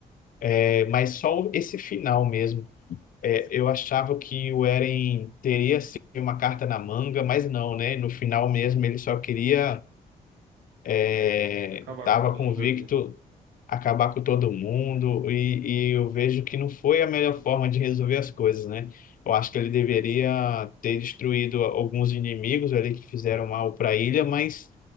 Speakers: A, on the left; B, on the right.
A: eh, mas só esse final mesmo. É, eu achava que o Eren teria assim, uma carta na manga, mas não, né? No final mesmo ele só queria, é,
B: Acabar
A: tava
B: com todo
A: convicto
B: mundo ali, né?
A: acabar com todo mundo e, e eu vejo que não foi a melhor forma de resolver as coisas, né? Eu acho que ele deveria ter destruído alguns inimigos ali que fizeram mal para a ilha, mas